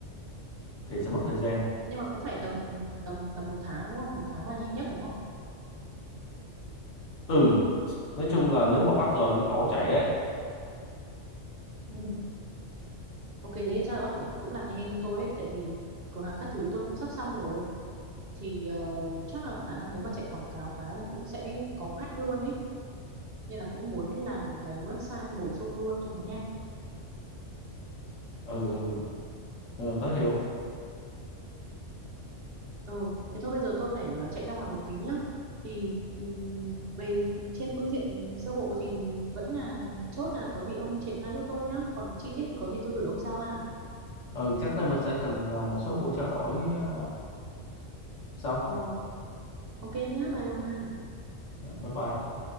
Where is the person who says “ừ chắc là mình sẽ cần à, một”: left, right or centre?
Left